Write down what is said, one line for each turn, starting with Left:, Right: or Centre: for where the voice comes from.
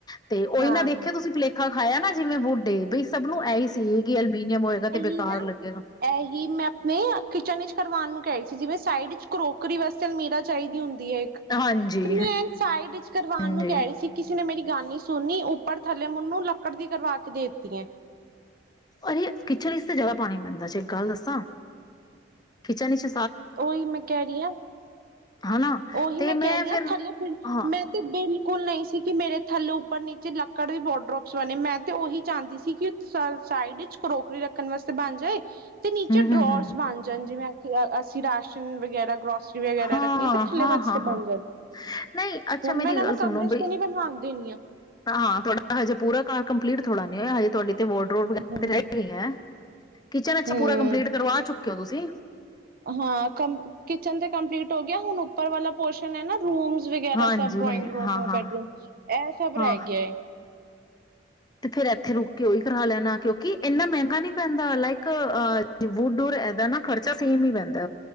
Left: ਤੇ ਉਹੀ
Right: ਹਾਂ
Left: ਨਾ ਦੇਖੇ ਤੁਸੀਂ ਪਲੇਖਾ ਖਾਇਆ ਨਾ। ਜਿਵੇਂ ਬੋਡੇ ਬਈ, ਸਭ ਨੂੰ ਇਹੀ ਸੀ ਕਿ ਅਲਮੀਨੀਅਮ ਹੋਏਗਾ ਤੇ ਬੇਕਾਰ
Right: ਇਹਨਾ ਨੂੰ
Left: ਲੱਗੇਗਾ
Right: ਐ ਹੀ ਮੈਂ ਆਪਣੇ ਕਿਚਨ ਵਿੱਚ ਕਰਾਣ ਨੂੰ ਕਹਿ ਰਹੀ ਸੀ ਜਿਵੇਂ ਸਾਈਡ ਚ ਕਰੋਕਰੀਏਸ ਤੇ ਅਲਮੀਰਾ ਚਾਹੀਦੀ ਹੁੰਦੀ ਦੇਖ,
Left: ਹਾਂਜੀ
Right: ਤੇ ਮੈਂ ਸਾਈਡ ਚ ਕਰਾਣ
Left: ਹਾਂਜੀ
Right: ਨੂੰ ਕਹਿ ਰਹੀ ਸੀ ਕਿਸੇ ਨੇ ਮੇਰੀ ਗੱਲ ਨਹੀਂ ਸੁਣਨੀ ਤੇ ਉੱਪਰ ਥੱਲੇ ਮੈਨੂੰ ਲੱਕੜ ਦੀ ਕਰਵਾ ਕੇ ਦੇ ਤੀ ਆਂ।
Left: ਅ ਕਿਚਨ ਚ ਤੇ ਜਿਆਦਾ ਪਾਣੀ ਪੈਂਦਾ ਜੇ ਇੱਕ ਗੱਲ ਦੱਸਾਂ, ਕਿਚਨ ਚ
Right: ਉਹੀ ਮੈਂ ਕਹਿ ਰਹੀ ਹਾਂ,
Left: ਹਨਾ
Right: ਉਹੀ
Left: ਤੇ
Right: ਮੈਂ ਕਹਿ ਰਹੀ ਹਾਂ,
Left: ਫਿਰ
Right: ਥੱਲੇ ਬ
Left: ਹਾਂ
Right: ਮੈਂ ਤੇ ਬਿਲੁ ਕੁਲ ਨਹੀਂ ਸੀ। ਕਿ ਮੇਰੇ ਥੱਲੋ ਉਪਰ ਨੀਚੇ ਲ ਵਾਰਡ੍ਰੋਬਸ ਬਣੇ ਮੈਂ ਤੇ ਉਹੀ ਚਾਹੁੰਦੀ ਸੀ ਕਿ ਸਾਈਡ ਵਿਚ ਕਰੋਕਰੀ ਰੱਖਣ ਵਾਸਤੇ ਬਣ ਜਾਏ। ਤੇ ਨੀਚੇ
Left: ਹੂੰ
Right: ਡਰੋਰਸ
Left: ਹੂੰ ਹੂੰ
Right: ਬਣ ਜਾਣ ਜਿਵੇਂ ਕਿਆ ਅ ਰਾਸ਼ਨ ਵਗੈਰਾ,
Left: ਹਾਂ,
Right: ਰੱਖਣੀ ਤੇ ਥੱਲੇ
Left: ਹਾਂ,
Right: ਵਾਸਤੇ
Left: ਹਾਂ-ਹਾਂ,
Right: ਬਣ ਜਾਣ
Left: ਨਹੀਂ ਅੱਛਾ
Right: ਹੁਣ
Left: ਮੇਰੀ
Right: ਮੈਂ ਇਹਨਾਂ
Left: ਗੱਲ
Right: ਨੂੰ
Left: ਸੁਣੋ
Right: ਕਮਰੇ ਚ
Left: ਬਈ,
Right: ਤੇ ਨੀ ਬਣਵਾਣ ਦੇਣੀ ਆ।
Left: ਹਾਂ ਤੁਹਾਡਾ ਹਜੇ ਪੂਰਾ ਕਾਰ ਕੰਪਲੀਟ ਥੋੜ੍ਹਾ ਨੇੜਾ ਹਜੇ ਤੁਹਾਡੇ ਵੋਡਰੋਬ ਵਗੈਰਾ
Right: ਹੂੰ।
Left: ਤੇ ਰਹਿ ਗਈਆ ਐ, ਕਿਚਨ ਅੱਛਾ
Right: ਹੂੰ।
Left: ਪੂਰਾ ਕੰਪਲੀਟ ਕਰਵਾ ਚੁੱਕੇ ਹੋ ਤੁਸੀ।
Right: ਹਾਂ ਕਮ ਕਿਚਨ ਤੇ ਕੰਪਲੀਟ ਹੋ ਗਿਆ ਹੁਣ ਉੱਪਰ ਵਾਲਾ ਪੋਰਸ਼ਨ ਹੈ ਨਾ ਰੂਮਸ ਵਗੈਰਾ
Left: ਹਾਂਜੀ
Right: ਸਭ ਡਰਾਇੰਗ
Left: ਹਾਂ
Right: ਰੂਮ ਹੈ
Left: ਹਾਂ
Right: ਬੈਡਰੂਮ ਇਹ ਸਭ
Left: ਹਾਂ
Right: ਰਹਿ ਗਿਆ ਏ।
Left: ਤੇ ਫਿਰ ਇੱਥੇ ਰੁਕ ਕੇ ਉਹੀ ਕਰਾ ਲੈਨਾ, ਕਿਉਂਕਿ ਇੰਨਾ ਮਹਿੰਗਾ ਨੀ ਪੈਂਦਾ ਲਾਈਕ ਅ ਵੁਡ ਔਰ ਇਦਾ ਨਾ ਖਰਚਾ ਸੇਮ ਹੀ ਪੈਂਦਾ,